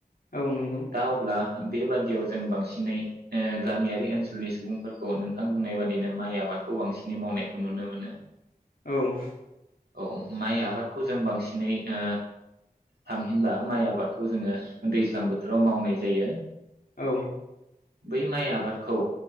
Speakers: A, on the left (about 65°); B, on the right (about 80°).
A: औ नंगौ
B: दा अब्ला बेबादियाव जों बांसिनै ओ गामियारि ओनसोलनि सुबुंफोरखौ नोंथां बुंनाय बादिनो माइ आबादखौ बांसिनै मावनायखौ नुनो मोनो।
A: औ।
B: औ माइ आबादखौ जों बांसिनै ओ थामहिनबा माइ आबादखौ जोङो दैज्लां बोथोराव मावनाय जायो।
A: औ
B: बै माइ आबाद खौ